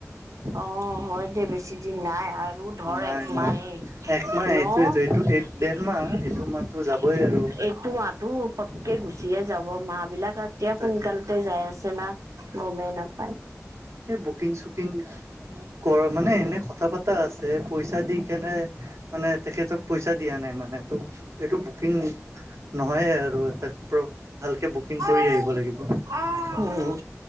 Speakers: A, on the right; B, on the right.
A: অ'! হয় দে। বেছি দিন নাই আৰ আৰু ধৰ,
B: নাই
A: এক
B: নাই
A: মাহে
B: একমাহ
A: ন'?
B: এইটোয়েতো এইটো
A: <unintelligible>
B: এই ডেৰ মাহ এইটো মাহতো যাবই আৰু
A: এইতো <unintelligible> পতকে গুচিয়ে যাব। মা বিলাক এতিয়া,
B: তাকে
A: সোনকালতে যাই আছে না? গমেই নাপায়।
B: এ, বুকিং, চুকিং, কৰ মানে, এনে কথা পতা আছে। পইচা দি কেনে মানে, তেখেতক পইচা দিয়া নাই। মানে, তো এইটো বুকিং, নহয়ে আৰু <unintelligible> তাক <unintelligible> ভালকে বুক বুকিং কৰি
A: উম
B: আহিব লাগিব।
A: হুম,